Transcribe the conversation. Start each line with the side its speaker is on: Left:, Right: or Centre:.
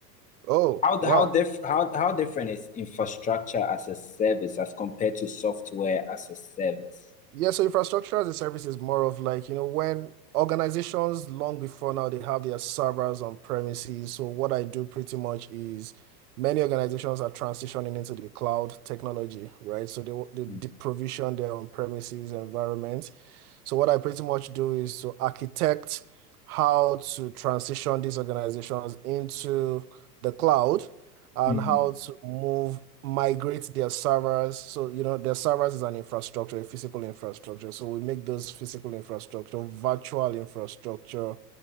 Right: Oh,
Left: How
Right: wow.
Left: how diff how how different is infrastructure as a service as compared to software as a service?
Right: Yeah, so infrastructure as a service is more of like, you know, when organizations long before now they have their servers on premises. So what I do pretty much is many organizations are transitioning into the cloud technology, right? So they they,
Left: mm,
Right: they provision their on premises environment So what I pretty much do is to architect how to transition these organizations into the cloud and
Left: mm.
Right: how to move, migrate their servers. So, you know, their servers is an infrastructure, a physical infrastructure. So we make those physical infrastructure, virtual infrastructure